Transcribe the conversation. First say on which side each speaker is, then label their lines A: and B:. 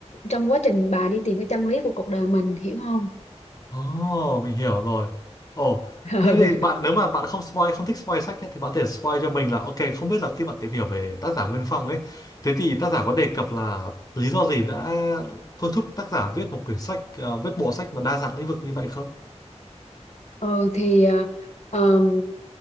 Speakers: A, on the left; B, on the left.
A: trong quá trình bà đi tìm cái chân lý của cuộc đời mình hiểu không
B: Ồ, mình hiểu rồi. Ồ,
A: <laughs>
B: thế thì bạn nếu mà bạn không spoil, không thích spoil sách nhé, thì bạn có thể spoil cho mình là ok, không biết là khi bạn tìm hiểu về tác giả Nguyên Phong ấy, thế thì tác giả có đề cập là lý do gì đã thôi thúc tác giả viết một quyển sách, à, viết bộ sách mà đa dạng lĩnh vực như vậy không?
A: ừ thì ờ ờm,